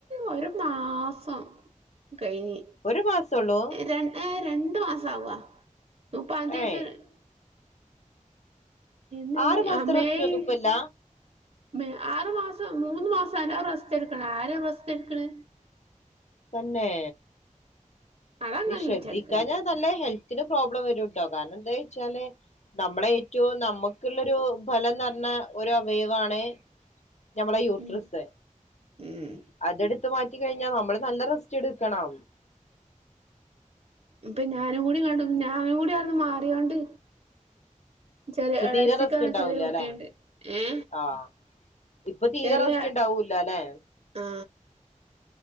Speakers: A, on the right; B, on the left.
A: ഒരു മാസം കഴിഞ്ഞ്
B: ഒരു മാസൊള്ളൂ
A: ഏ ഏ രണ്ടു മാസം ആവാ <inaudible>
B: ഏഹ്
A: എന്നെനി
B: ആറു മാസത്തെ
A: ആ മേയ്
B: റെസ്റ്റ് ഒന്നും ഇപ്പല്ല
A: മ് ആറ് മാസം മൂന്ന് മാസം നല്ലോ റസ്റ്റ് എടുക്കണം ആര് റസ്റ്റ് എടുക്കണ്
B: തന്നെ...
A: അതങ്ങനെ
B: നീശ്രദ്ധിക്കാഞ്ഞ
A: നീച്ചെടുക്കണ്ട്
B: നല്ല ഹെൽത്തിന് പ്രോബ്ലം വരുട്ടോ കാരണം എന്താ ച്ചാല് നമ്മളെ ഏറ്റവും നമുക്കുള്ളൊരു ഫലം നിറഞ്ഞ ഒരു അവയവാണ് ഞമ്മളെ യൂട്രസ്
A: ഉം ഉം
B: അതെടുത്ത് മാ ഇത് കഴിഞ്ഞാ നമ്മള് നല്ല റസ്റ്റ് എടുക്കണോ
A: ഇപ്പൊ ഞാനുകൂടി കണ്ടു ഞാനും കൂടി ആട്ന്ന് മാറിയോണ്ട് ചെറിയ
B: ഇപ്പൊ തീരെ
A: ളേച്ചിക്കാ
B: റെസ്റ്റ് ഉണ്ടാവൂല
A: ചെറിയ കുട്ടിണ്ട്
B: അല്ലെ
A: ഏ...
B: ആഹ് ഇപ്പൊ തീരെ
A: ചെറിയ
B: റെസ്റ്റ് ഉണ്ടാവൂലല്ലേ
A: ആ